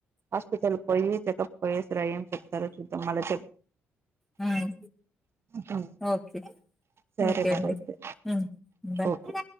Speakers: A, on the right (about 55°); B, in the centre.
A: హస్పిటల్ పోయి చెకప్ పొయెస్రా ఏం చెప్తారొ చూద్దాం మళ్ళ చె
B: హ్మ్.
A: హు,
B: ఓకే.
A: సరే
B: ఓకే
A: మరైతే
B: అండి. హ్మ్. bye.
A: ఓకే